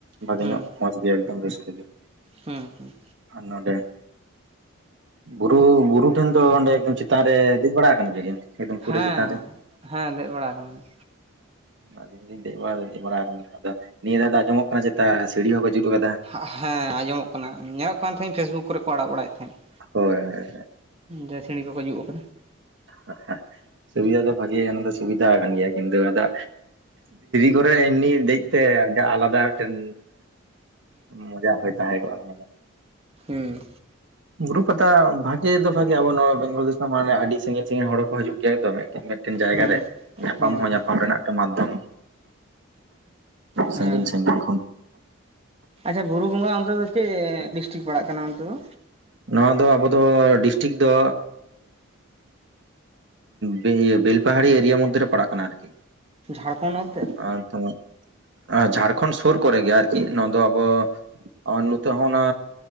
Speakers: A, on the right (about 60°); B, on the right (about 30°).
A: ᱵᱷᱟᱜᱮ
B: ᱦᱩᱸ
A: ᱧᱚᱜ ᱢᱚᱡᱽ ᱜᱮ ᱮᱠᱫᱚᱢ ᱨᱟᱹᱥᱠᱟᱹ ᱜᱮ ᱾
B: ᱦᱩᱸ ᱦᱩᱸ ᱾
A: ᱟᱨ ᱱᱚᱰᱮ ᱵᱩᱨᱩ ᱵᱩᱨᱩ ᱴᱷᱮᱱ ᱫᱚ ᱚᱸᱰᱮ ᱪᱮᱛᱟᱱ ᱨᱮ, ᱫᱮᱡ ᱵᱟᱲᱟ ᱟᱠᱟᱱᱟ ᱵᱮᱱ, ᱮᱠᱫᱚᱢ ᱯᱩᱨᱟᱹ
B: ᱦᱮᱸ
A: ᱪᱮᱛᱟᱱ ᱨᱮ?
B: ᱦᱮᱸ ᱫᱮᱡ ᱵᱟᱲᱟ ᱠᱟᱱᱟᱹᱧ᱾
A: ᱟᱞᱤᱧᱞᱤᱧ ᱫᱮᱡ ᱵᱟᱲᱟ ᱫᱩᱞᱤᱧ ᱫᱮᱡ ᱵᱟᱲᱟ ᱠᱟᱱ ᱜᱮᱭᱟ, ᱟᱫᱚ ᱱᱤᱭᱟᱹ ᱫᱷᱟᱣ ᱫᱚ ᱟᱸᱡᱚᱢᱚᱜ ᱠᱟᱱᱟ ᱪᱮᱛᱟ ᱥᱤᱲᱤ ᱦᱚᱸᱠᱚ ᱡᱩᱛ ᱠᱟᱫᱟ?
B: ᱦᱟᱸᱜ ᱦᱮᱸ ᱟᱸᱡᱚᱢᱚᱜ ᱠᱟᱱᱟ, ᱧᱮᱞᱚᱜ ᱠᱟᱱ ᱛᱟᱦᱮᱸᱧ ᱯᱷᱮᱥᱵᱩᱠ ᱠᱚᱨᱮ ᱠᱚ ᱟᱲᱟᱜ ᱵᱟᱲᱟᱭᱮᱫ ᱛᱟᱦᱮᱸᱫ ᱾
A: ᱦᱳᱭ ᱦᱳᱭ᱾
B: ᱡᱮ ᱥᱤᱸᱲᱤ ᱠᱚᱠᱚ ᱡᱩᱛ ᱠᱟᱫᱟ᱾
A: <inaudible> ᱥᱩᱵᱤᱫᱟ ᱫᱚ ᱵᱷᱟᱜᱮ ᱚᱱᱟ ᱫᱚ ᱥᱩᱵᱤᱫᱟ ᱠᱟᱱ ᱜᱮᱭᱟ, ᱠᱤᱱᱛᱩ ᱚᱱᱟ ᱫᱚ ᱠᱚᱨᱮ ᱮᱢᱱᱤ ᱫᱮᱡ ᱛᱮ ᱡᱟ ᱟᱞᱟᱫᱟ ᱢᱤᱫᱴᱮᱱ ᱢᱚᱡᱟ ᱦᱩᱭ ᱛᱟᱦᱮᱸ ᱠᱚᱜᱼᱟ, ᱚᱱᱟ ᱫᱚ
B: ᱦᱮᱸ ᱾
A: ᱵᱩᱨᱩ ᱯᱟᱛᱟ ᱵᱷᱟᱜᱮ ᱫᱚ, ᱵᱷᱟᱜᱮᱭᱟ ᱟᱵᱚ ᱱᱚᱣᱟ ᱵᱮᱝᱜᱚᱞ ᱫᱤᱥᱚᱢ ᱢᱟᱱᱮ ᱟᱹᱰᱤ ᱥᱟᱺᱜᱤᱧ ᱥᱟᱺᱜᱤᱧ ᱦᱚᱲ ᱦᱚᱸᱠᱚ ᱦᱤᱡᱩᱜ ᱜᱮᱭᱟ᱾ ᱛᱚ ᱢᱮᱫᱴᱤᱱ ᱡᱟᱭᱜᱟ
B: ᱦᱩᱸ
A: ᱨᱮ ᱧᱟᱯᱟᱢ
B: ᱦᱩᱸ
A: ᱦᱚᱸ
B: ᱦᱩᱸ
A: ᱧᱟᱯᱟᱢ ᱨᱮᱱᱟᱜ ᱴᱮᱱ ᱢᱟᱫᱫᱷᱚᱢ
B: ᱦᱮᱸ
A: ᱥᱟᱸᱜᱤᱱ ᱥᱟᱸᱜᱤᱱ ᱠᱷᱚᱱ
B: ᱟᱪᱪᱷᱟ ᱵᱩᱨᱩ ᱵᱚᱸᱜᱟ ᱚᱱᱛᱮ ᱫᱚ ᱪᱮᱫ ᱰᱤᱥᱴᱤᱠ ᱯᱟᱲᱟᱜ ᱠᱟᱱᱟ ᱚᱱᱛᱮ ᱫᱚ?
A: ᱱᱚᱣᱟ ᱫᱚ ᱟᱵᱚ ᱫᱚ ᱰᱤᱥᱴᱤᱠ ᱫᱚ ᱵᱮ ᱤᱛᱟᱹ ᱵᱮᱞᱯᱟᱦᱟᱲᱤ ᱮᱨᱤᱭᱟ ᱢᱚᱫᱫᱷᱮ ᱨᱮ ᱯᱟᱲᱟᱜ ᱠᱟᱱᱟ ᱟᱨᱠᱤ
B: ᱡᱷᱟᱨᱠᱷᱚᱱᱰ ᱚᱱᱛᱮ?
A: <unintelligible> ᱡᱷᱟᱲᱠᱷᱚᱱᱰ ᱥᱩᱨ ᱠᱚᱨᱮ ᱜᱮ ᱟᱨᱠᱤ ᱱᱚᱣᱟ ᱫᱚ ᱟᱵᱚ ᱱᱩᱛᱚᱜ ᱦᱚᱸ ᱚᱱᱟ